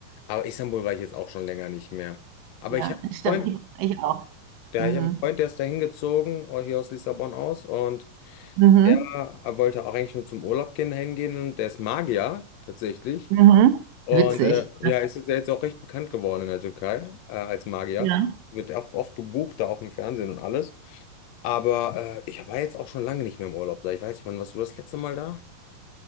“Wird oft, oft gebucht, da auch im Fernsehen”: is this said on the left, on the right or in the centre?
Left